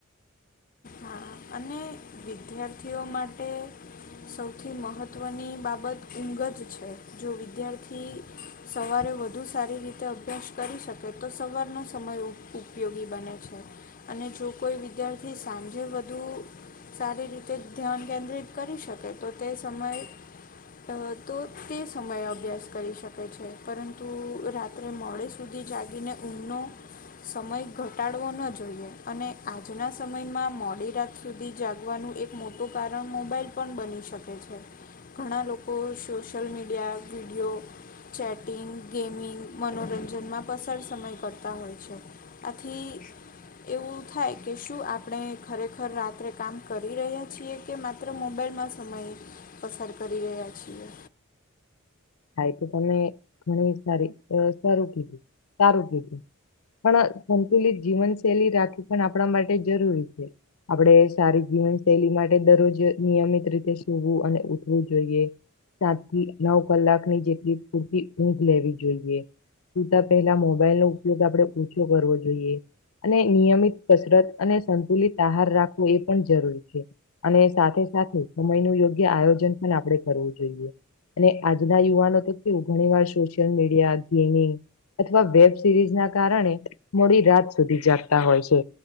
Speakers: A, on the left; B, on the left.
A: હા અને વિદ્યાર્થીઓ માટે સૌથી મહત્ત્વની બાબત ઊંઘ જ છે જો વિદ્યાર્થી સવારે વધુ સારી રીતે અભ્યાસ કરી શકે તો સવારનો સમય ઉપ ઉપયોગી બને છે. અને જો કોઈ વિદ્યાર્થી સાંજે બધુ સારી રીતે ધ્યાન કેન્દ્રિત કરી શકે તો તે સમયે અ તો તે સમયે અભ્યાસ કરી શકે છે પરંતુ રાતે મોડે સુધી જાગીને ઊંઘનો સમય ઘટાડવો ન જોઈએ અને આજના સમય સમયમાં મોડી રાત સુધી જાગવાનું એક મોટું કારણ મોબાાઈલ પણ બની શકે છે. ઘણા લોકો social media video chatting gaming મનોરંજનમાં પસાર સમય કરતા હોય છે. આથી એવું થાય કે શું આપ આપણે ખરેખર રાત્રે કામ કરી રહ્યા છીએ કે માત્ર મોબાઈલમાં સમયે પસાર કરી રહ્યા છીએ.
B: હા તો તમે ઘણી સારી અ સારું કીધું સારું કીધું. પણ સંતુલિત જીવનશૈલી રાખવી પણ આપણા માટે જરૂરી છે. આપણે સારી જીવનશૈલી માટે દરરોજ નિયમિત રીતે સુવું અને ઉઠવું જોઈએ. સાત થી નવ કલાકની જેટલી પૂરતી ઊંઘ લેવી જોઈએ. સુતા પેલા મોબાઈલ નો ઉપયોગ આપડે ઓછો કરવો જોઈએ. અને નિયમિત કસરત અને સંતુલિત આહાર રાખવો એ પણ જરૂરી છે. અને સાથે સાથે સમય નું યોગ્ય આયોજન પણ આપણે કરવું જોઈએ. અને આજના યુવાનો તો કેવું ઘણી વાર સોશિયલ મીડિયા ગેમિંગ અથવા વેબસિરીઝ ના કારણે મોડી રાત સુધી જાગતા હોય છે